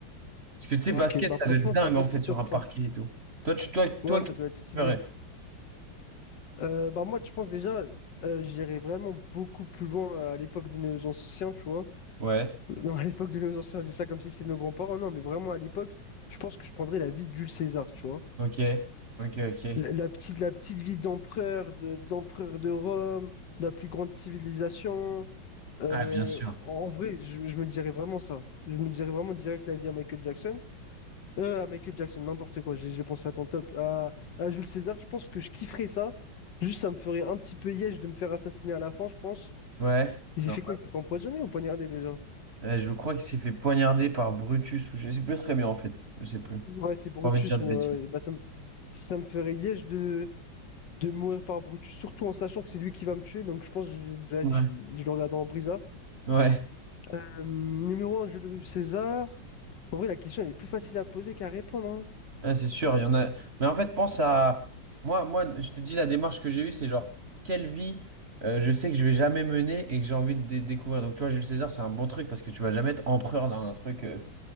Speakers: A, on the right; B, on the left.
A: Parce que tu sais,
B: Ok,
A: basket,
B: bah franchement,
A: ça doit être dingue,
B: t'as un bon
A: en
B: petit
A: fait, sur
B: top
A: un
B: trois
A: parquet et tout. Toi, tu, toi, toi,
B: Ouais,
A: qu'est-ce
B: ça doit
A: que tu
B: être stylé.
A: ferais?
B: Euh, bah moi, je pense déjà, euh, j'irais vraiment beaucoup plus loin à l'époque de nos anciens, tu vois.
A: Ouais,
B: Euh, Non, à l'époque de nos anciens, je dis ça comme si c'était nos grands-parents, non, mais vraiment à l'époque, je pense que je prendrais la vie d'Jules César, tu vois.
A: ok. Ok, ok.
B: La, la petite, la petite vie d'empereur, de- d'empereur de Rome, la plus grande civilisation. Euh,
A: Ah, bien sûr.
B: en vrai, je, je me dirais vraiment ça. Je me dirais vraiment direct la vie à Michael Jackson. Euh, à Michael Jackson, n'importe quoi. J'ai j'ai pensé à ton top. À, à Jules César, je pense que je kifferais ça. Juste, ça me ferait un petit peu yèche de me faire assassiner à la fin, je pense.
A: Ouais.
B: Il
A: non.
B: s'est fait quoi? Il s'est fait empoisonner ou poignarder déjà?
A: Euh, je crois qu'il s'est fait poignarder par Brutus ou je sais plus très bien en fait. Je sais plus.
B: Ouais, c'est Brutus,
A: Pas envie de dire
B: mais
A: de bêtises.
B: ouais, ouais, bah, ça me, ça me ferait yèche de, de mourir par Brutus, surtout en sachant que c'est lui qui va me tuer. Donc, je pense que je, vas-y,
A: Ouais.
B: je le regarde en brisard.
A: Ouais,
B: Euh, numéro un, Jules César. En vrai, la question, elle est plus facile à poser qu'à répondre. hein.
A: Ouais, c'est sûr, il y en a. Mais en fait, pense à. Moi, moi, je te dis la démarche que j'ai eue, c'est genre, quelle vie euh, je sais que je vais jamais mener et que j'ai envie de dé- découvrir. Donc, tu vois, Jules César, c'est un bon truc parce que tu vas jamais être empereur d'un truc. euh,